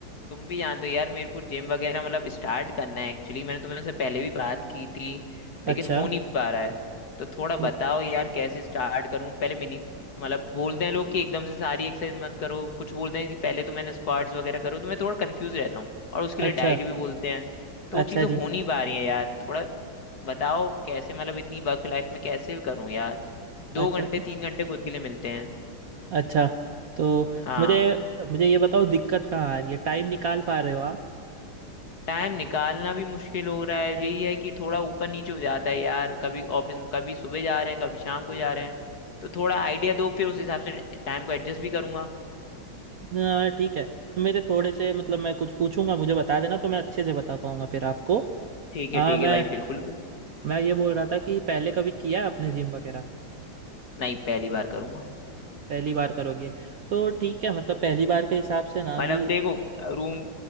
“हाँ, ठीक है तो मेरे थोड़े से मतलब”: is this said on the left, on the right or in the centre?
Right